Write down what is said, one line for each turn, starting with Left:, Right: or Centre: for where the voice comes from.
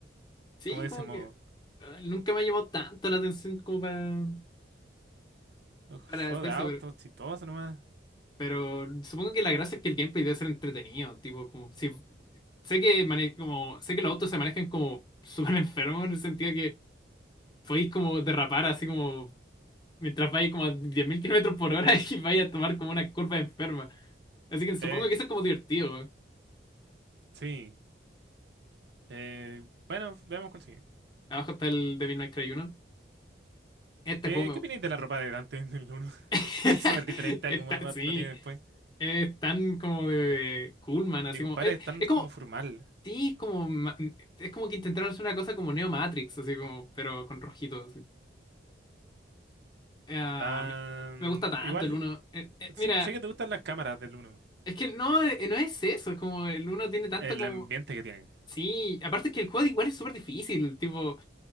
Left: sí,
Right: como de
Left: como
Right: ese modo.
Left: que ah, nunca me ha llamado tanto la atención como para,
Right: Uf,
Left: para
Right: Juego
Left: hacer
Right: de
Left: eso,
Right: autos,
Left: pero,
Right: chistoso nomás.
Left: pero supongo que la gracia es que el gameplay debe ser entretenido, tipo, como si sé que mane- como sé que los autos se manejan como <laughs> súper enfermos en el sentido podéis como derrapar así como mientras vais como a 10.000 kilómetros por hora <laughs> y vais a tomar como una curva enferma. Así que supongo
Right: Eh,
Left: que eso es como divertido, weón.
Right: sí. Eh, bueno, veamos cuál sigue.
Left: Abajo está el Devil May Cry 1. Este
Right: ¿Qué,
Left: juego
Right: qué opináis de la ropa de Dante en el 1? <laughs>
Left: me... <laughs>
Right: Es súper diferente
Left: está,
Right: a como lo, va-
Left: sí,
Right: lo tiene después.
Left: es tan como de cool, man, así
Right: Mi compadre
Left: como... Es,
Right: es tan
Left: es como...
Right: como formal.
Left: Sí, es como... ma- Es como que intentaron hacer una cosa como Neo Matrix, así como... Pero con rojito, así. Ah,
Right: Ah,
Left: me me gusta tanto
Right: igual,
Left: el uno Eh, eh,
Right: sí,
Left: mira,
Right: sé que te gustan las cámaras del uno
Left: es que no, eh, no es eso, es como el uno tiene tanto
Right: El
Left: como...
Right: ambiente que tiene.
Left: Sí, aparte que el juego igual es súper difícil, tipo,